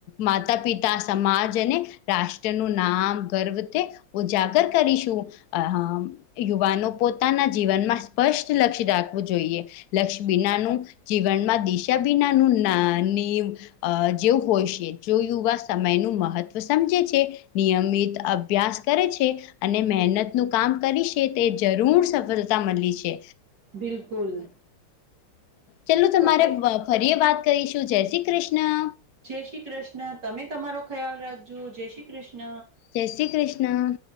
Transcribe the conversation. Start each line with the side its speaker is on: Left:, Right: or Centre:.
Left: માતા પિતા, સમાજ અને રાષ્ટ્રનું નામ ગર્વ તે ઉજાગર કરીશું. અ હમ યુવાનો પોતાના જીવનમાં સ્પષ્ટ લક્ષ્ય રાખવું જોઈએ. લક્ષ્ય બીનાનું જીવનમાં દિશા બિનાનું ના નીમ અ જેવું હોય છે. જો યુવા સમયનું મહત્વ સમજે છે નિયમિત અભ્યાસ કરે છે. અને મહેનતનું કામ કરી છે તે જરૂર સફળતા મળી છે
Right: બિલકુલ
Left: ચાલું તમારે
Right: તો આપણે
Left: ફરીએ વાત કરીશું જય શ્રી કૃષ્ણ
Right: જય શ્રી કૃષ્ણ તમે તમારો ખ્યાલ રાખજો જય શ્રી કૃષ્ણ
Left: જય શ્રી કૃષ્ણ